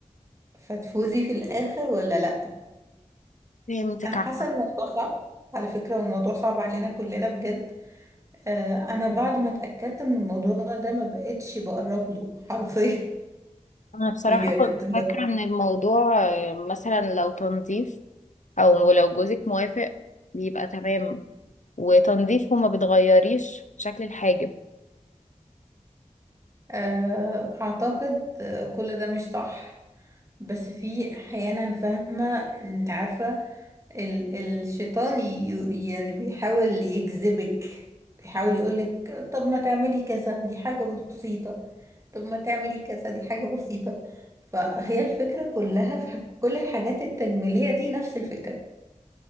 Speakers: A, on the right; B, on the left.
A: فتفوزي في الاخر ولا لا
B: فهمتك
A: انا
B: عامة
A: حاسة ان الموضوع صعب على فكرة والموضوع صعب علينا كلنا بجد آه انا بعد ما اتأكدت من الموضوع ده ما بقتش بقرب له حرفيا
B: انا بصراحة
A: <laughs> بجد
B: كنت فاكرة ان الموضوع آه، مثلا لو تنظيف او لو جوزك موافق بيبقى تمام وتنظيف هما بتغيريش في شكل الحاجب
A: آه اعتقد آه، كل ده مش صح بس في احيانا فاهمة انت عارفة ال- الشيطان ي- يعني بيحاول يجذبك بيحاول يقولك طب ما تعملي كذا دي حاجة بسيطة طب ما تعملي كذا دي حاجة بسيطة فهي الفكرة كلها في حك- كل الحاجات التجميلية دي نفس الفكرة